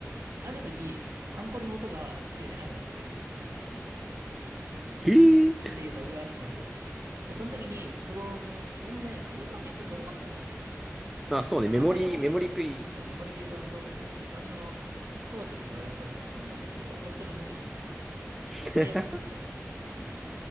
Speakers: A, on the right; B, in the centre.
A: ある時、カンコレの音がエッチで出なくなって、
B: へえ。
A: っていうバグがあって、で、その時に Chrome、Chrome じゃない、Chrome はね、ちょっと重かったんだよ。
B: <laughs> まあ、そうね。
A: だから
B: メモリメモリ食い。
A: Firefox 使ってた。そう、メモリ切れがすごくて、昔の、当時俺が使ってたパソコンだとちょっと本当に重すぎたから、
B: <laughs>
A: Firefox 使ってた。